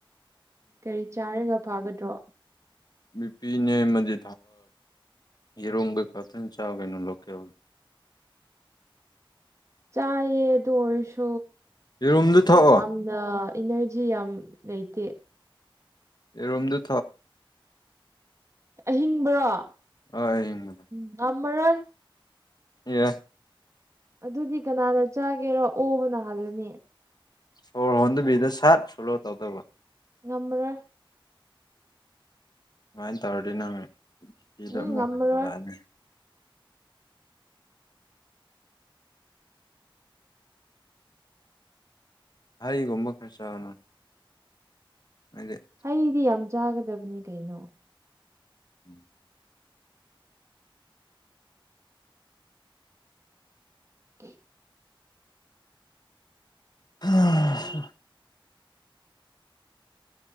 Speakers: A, on the right (about 30°); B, on the left (about 50°).
A: ꯀꯔꯤ ꯆꯥꯔꯒ ꯐꯥꯒꯗ꯭ꯔꯣ
B: ꯅꯨꯄꯤꯅꯦ ꯑꯃꯗꯤ ꯌꯦꯔꯣꯡ ꯀꯩ ꯈꯥꯛꯇꯪ ꯆꯥꯒꯩꯅꯣ ꯂꯣꯀꯦꯜ
A: ꯆꯥꯏꯌꯦ ꯑꯗꯨ ꯑꯣꯏꯔꯁꯨ
B: ꯌꯦꯔꯨꯝꯗꯨ ꯊꯛꯑꯣ
A: ꯌꯥꯝ ꯅ ꯏꯅꯔꯖꯤ ꯌꯥꯝ ꯂꯩꯇꯦ
B: ꯑꯦꯔꯣꯝꯗ
A: ꯑꯍꯤꯡꯕꯔꯣ
B: ꯍꯣꯏ
A: ꯉꯝꯃꯔꯣꯏ
B: ꯌꯦ
A: ꯑꯗꯨꯗꯤ ꯀꯅꯥꯅ ꯆꯥꯒꯦꯔ ꯑꯣꯕꯅ ꯍꯥꯜꯂꯅꯤ
B: ꯁꯣꯔ ꯍꯣꯟꯗꯕꯤꯗ ꯁꯠ ꯐꯣꯂꯣ ꯇꯧꯗꯧꯕ
A: ꯉꯝꯃꯔꯣꯏ
B: ꯑꯗꯨꯨꯃꯥꯏꯅ ꯇꯧꯔꯗꯤ ꯅꯪ ꯆꯤꯇꯤꯗ
A: ꯎꯝ
B: ꯑꯃꯨꯛ
A: ꯉꯝꯃꯔꯣꯏ
B: ꯍꯟꯒꯠꯂꯛꯑꯅꯤ ꯍꯒꯨꯝꯝꯕ ꯈꯔꯁꯒꯅ ꯑꯗꯨꯗꯦ
A: ꯃꯤꯗꯤ ꯌꯥꯝ ꯆꯥꯒꯗꯕꯅꯤ ꯀꯩꯅꯣ
B: ꯎꯝ
A: <unintelligible>
B: ꯎꯝ